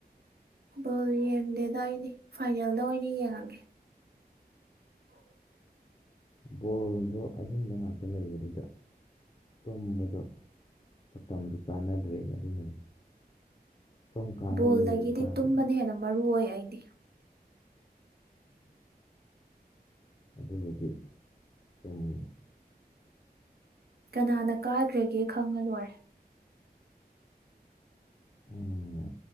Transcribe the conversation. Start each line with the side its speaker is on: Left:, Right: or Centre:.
Right: ꯣꯜ ꯌꯦꯡꯗꯦꯗ ꯑꯩꯗꯤ ꯐꯥꯏꯅꯦꯜꯗ ꯑꯣꯏꯅ ꯌꯦꯡꯉꯒꯦ <unintelligible>
Left: ꯕꯣꯜꯗꯣ ꯑꯍꯤꯡꯗ ꯉꯥꯛꯇ ꯂꯩꯕꯗꯨꯗ ꯇꯨꯝꯕꯗꯣ ꯃꯇꯝꯗꯨ ꯆꯥꯟꯅꯗ꯭ꯔꯦꯅꯦ ꯑꯗꯨꯅꯅꯤ ꯁꯨꯝ ꯀꯥꯟꯗ
Right: ꯕꯣꯜꯗꯒꯤꯗꯤ
Left: ꯂꯩꯔꯕ ꯇꯥꯔꯗꯤ
Right: ꯇꯨꯝꯕꯅ ꯍꯦꯟꯅ ꯃꯔꯨ ꯑꯣꯏ ꯑꯩꯗꯤ
Left: ꯑꯗꯨꯕꯨꯗꯤ ꯆꯨꯝꯉ
Right: ꯀꯅꯥꯅ ꯀꯥꯈ꯭ꯔꯒꯦ ꯈꯪꯉ ꯂꯣꯏꯔꯦ
Left: ꯎꯝ